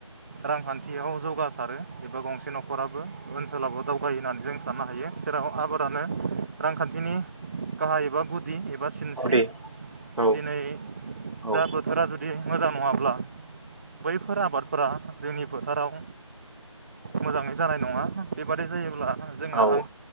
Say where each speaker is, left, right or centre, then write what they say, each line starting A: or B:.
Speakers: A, on the right; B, on the right.
A: रांखान्थियाव जौगासारो एबा गंसे न'खराबो ओनसोलावबो दावगायो होननानै जों साननो हायो आबादानो रांखान्थिनि गाहाय एबा गुद दि एबा सिनस्रि
B: औ दे औ
A: दिनै
B: औ
A: दा बोथोरा जुदि मोजां नङाब्ला बैफोर आबादफोरा जोंनि फोथाराव मोजाङै जानाय नङा बेबादि जायोब्ला जोङो
B: औ
A: आं